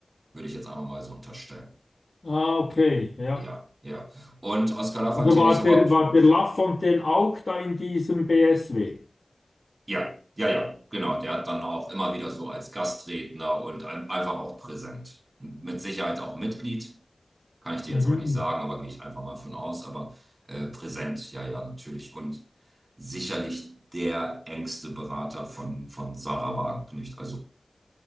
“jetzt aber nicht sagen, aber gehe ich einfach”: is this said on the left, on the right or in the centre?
Right